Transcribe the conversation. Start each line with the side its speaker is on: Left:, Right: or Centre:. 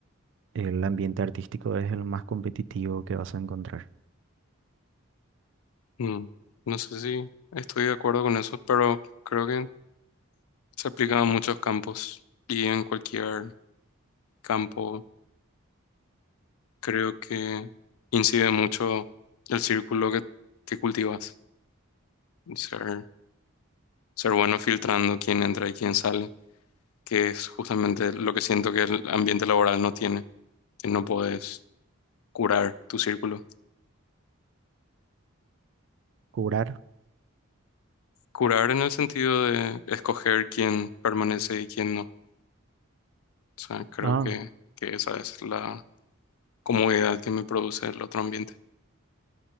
Right: El ambiente artístico es el más competitivo que vas a encontrar.
Left: Mm. No sé si estoy de acuerdo con eso, pero creo que se aplica a muchos campos y en cualquier campo creo que incide mucho el círculo que, que cultivas. Ser, ser bueno filtrando quién entra y quién sale, que es justamente lo que siento que el ambiente laboral no tiene, que no puedes curar tu círculo.
Right: ¿Curar?
Left: Curar en el sentido de escoger quién permanece y quién no. O sea, creo
Right: Ah,
Left: que, que esa es la comodidad que me produce el otro ambiente.